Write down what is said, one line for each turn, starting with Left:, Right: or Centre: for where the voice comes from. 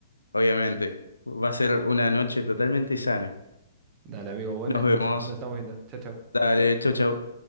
Left: obviamente. Va a ser una noche totalmente sana.
Right: Dale, amigo, buenas
Left: Nos vemos.
Right: noches, nos estamos viendo. Chao, chao.
Left: Dale, chau, chau.